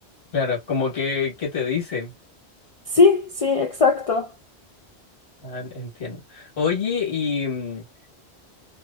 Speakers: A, on the left; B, on the left.
A: Claro, como que, ¿qué te dicen?
B: Sí, sí, exacto.
A: Ah, entiendo. Oye, y, mm,